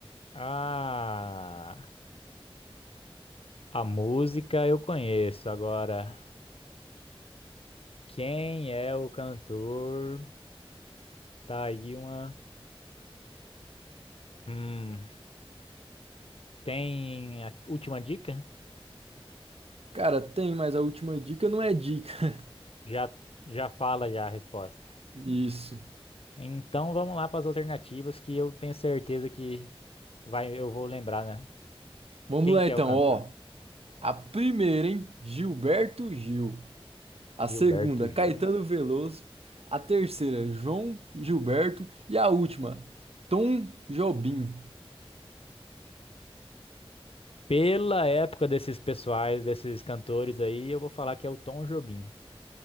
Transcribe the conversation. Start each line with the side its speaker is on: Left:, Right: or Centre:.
Left: Ah, a música eu conheço. Agora, quem é o cantor? Tá aí uma. Hum, tem a última dica?
Right: Cara, tem, mas a última dica não é dica.
Left: Já, já fala já a resposta.
Right: <laughs> Isso.
Left: Então vamos lá para as alternativas que eu tenho certeza que vai, eu vou lembrar, né?
Right: Vamos
Left: Quem
Right: lá
Left: que
Right: então,
Left: é o cantor?
Right: ó. A primeira, hein? Gilberto Gil. A
Left: Gilberto
Right: segunda,
Left: Gil.
Right: Caetano Veloso. A terceira, João Gilberto. E a última, Tom Jobim.
Left: Pela época desses pessoais, desses cantores aí, eu vou falar que é o Tom Jobim.